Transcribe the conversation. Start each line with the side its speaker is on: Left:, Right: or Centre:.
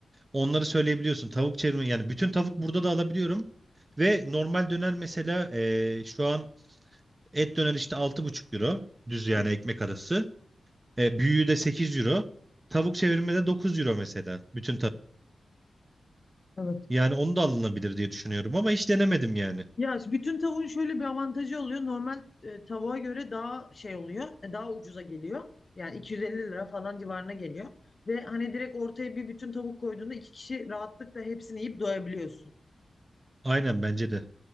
Right: Onları söyleyebiliyorsun. Tavuk çevirme yani bütün tavuk burada da alabiliyorum. Ve normal döner mesela ee, şu an et döner işte altı buçuk euro. Düz yani
Left: Evet.
Right: ekmek arası. E, büyüğü de 8 euro. Tavuk çevirme de 9 euro mesela. Bütün tavuk.
Left: Evet.
Right: Yani onu da alınabilir diye düşünüyorum ama hiç denemedim yani.
Left: Ya işte bütün tavuğun şöyle bir avantajı oluyor. Normal e, tavuğa göre daha şey oluyor. e, Daha ucuza geliyor. Yani 250 lira falan civarına geliyor. Ve hani direkt ortaya bir bütün tavuk koyduğunda iki kişi rahatlıkla hepsini yiyip doyabiliyorsun.
Right: Aynen bence de.